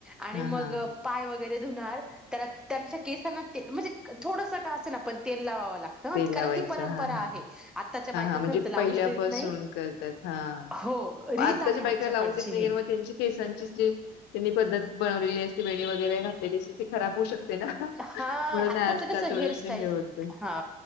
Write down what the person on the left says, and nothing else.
हा
हा
तेल
लावायचं
हा हा
हा हा म्हणजे
पहिल्यापासून
करतात हा
आत्ताच्या
बायका लावून देत नाही
कारण मग त्यांची केसांची स्ट्रीप त्यांनी पद्धत बनवलेली असते वेणी वगैरे घातलेली असते ती खराब होऊ शकते. ना
म्हणून
आजकाल
थोडस
हे होतं.